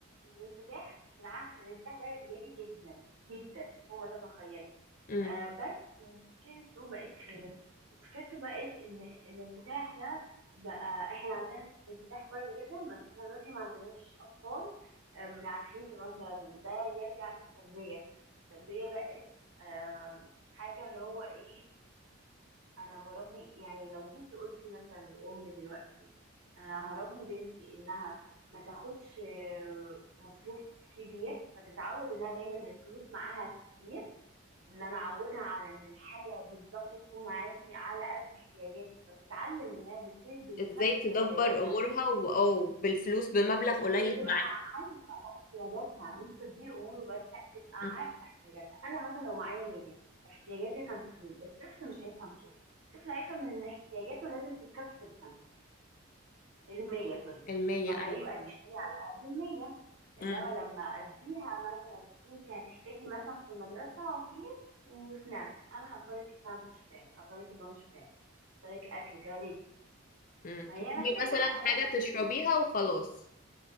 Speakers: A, on the right (about 85°); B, on the left (about 40°).
A: الانفتاح بالعكس الانفتاح ده ايجابي جدا جدا فوق ما تتخيلي
B: امم
A: آه، بس مشكلته بقت فين مشكلته بقت ان الانفتاح ده بقى احنا عندنا انفتاح كويس جدا بس احنا دلوقتي ما عندناش اطفال آه، بيعرفين تراث بلدهم ده يرجع للتربية التربية بقت آه، حاجة اللي هو ايه انا بربي يعني لو جيتي قلتي مثلا لأم دلوقتي انا هربي بنتي انها ما تاخدش آه، مصروف كبير فتتعود انها دايما الفلوس معاها كتير ان انا اعودها على ان الحاجه بالظبط تكون معاكي على قد احتياجاتك فتتعلم انها بت- بتنفذ
B: ازاي تدبر
A: احتياجاتها
B: امورها
A: مش
B: و- او بالفلوس بمبلغ قليل
A: وتبقى
B: مع
A: عارفه احتياجاتها مش تدبير اموره بس لا تبقى عارفه
B: مم.
A: احتياجاتها انا مثلا لو معايا 100 احتياجاتي 50 الطفل مش هيفهم كده الطفل هيفهم ان احتياجاته لازم تتكفل 50 المية سوري
B: المية
A: فهيبقى
B: ايوه
A: بيشتري على قد المية انما
B: امم
A: لما اديها مثلا انت هتحتاجي مثلا في المدرسة عصير وسناك انا حاطلك الساندوتش بتاعي حاطلك اللانش بتاعي حاطلك اكل كده ليكي
B: امم
A: فهي محتاجة
B: مثلا
A: حاجات
B: حاجة
A: بسيطة
B: تشربيها وخلاص